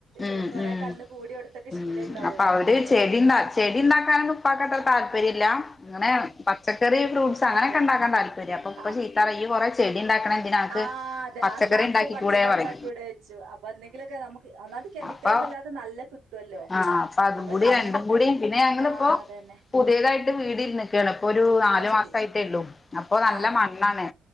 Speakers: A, on the left; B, on the right.
A: ഉം
B: പിന്നെ കൊറെ
A: ഉം
B: കെ അന്ന് കൂടി അവിടുത്തൊക്കെ ശീല
A: ഉം
B: ഉണ്ടാവല്ലോ
A: അപ്പൊ അവര്
B: ഓരോപ്പ
A: ചെടി ചെടി ഉണ്ടാക്കാനൊന്നും <unintelligible> താല്പര്യല്ല അങ്ങനെ പച്ചക്കറി ഫ്രൂട്സ് അങ്ങനൊക്കെ
B: അതെ
A: ഉണ്ടാക്കാൻ താല്പര്യം അപ്പൊ ഇപ്പചീത്തറയു
B: ആ
A: കുറേ ചെടി ഉണ്ടാക്കണ എന്തിനക്ക്
B: ആ അതെ.
A: പച്ചക്കറി
B: ആ സ്ഥാനത്ത്
A: ഉണ്ടാക്കി
B: പച്ചക്കറി
A: ക്കൂടെ പറിം
B: ഇണ്ടാക്കി ഇവിടെ വെച്ചു. അപ്പൊ എന്തെങ്കിലൊക്കെ നമുക്ക് ഒന്നാമത്
A: ആ
B: കെമിക്കലൊന്നും
A: അപ്പൊ
B: ഇല്ലാത്ത നല്ല കിട്ടുവല്ലോ.
A: ആ അപ്പൊ അതും
B: നമ്മള്
A: കൂടി
B: കടേന്നിപ്പ
A: രണ്ടും കൂടിം പിന്നെ ഞങ്ങള്പ്പോ
B: ആ അതന്നെ.
A: പുതിയതായിട്ട് വീട്ന്നക്കാണ് ഇപ്പൊ ഒരു നാലു
B: അത് ശരി.
A: മാസ ആയിട്ടേ ഉള്ളൂ അപ്പൊ നല്ല
B: ആ
A: മണ്ണാണ്